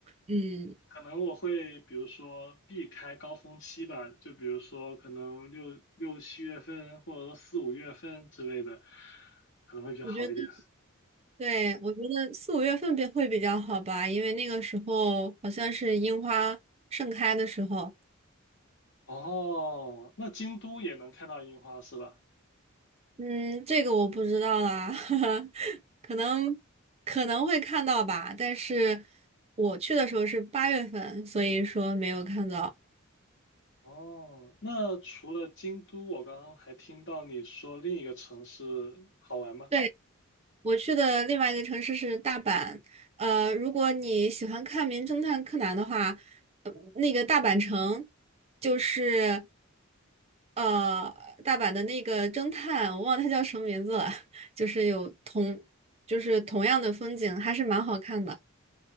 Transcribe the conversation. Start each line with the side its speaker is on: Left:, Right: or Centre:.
Right: 嗯。
Left: 可能我会比如说避开高峰期吧，就比如说可能六六七月份，或者说四五月份之类的，可能会比较好一点。
Right: 我觉得。对，我觉得四五月份比会比较好吧，因为那个时候好像是樱花盛开的时候。
Left: 哦，那京都也能看到樱花是吧？
Right: 嗯，这个我不知道啦，<laughs> 可能可能会看到吧，但是我去的时候是八月份，所以说没有看到。
Left: 哦，那除了京都，我刚刚还听到你说另一个城市好玩吗？
Right: 对，我去的另外一个城市是大阪，呃，如果你喜欢看《名侦探柯南》的话，呃那个大阪城。就是。呃，大阪的那个侦探，我忘了他叫什么名字了，<laughs> 就是有同，就是同样的风景，还是蛮好看的。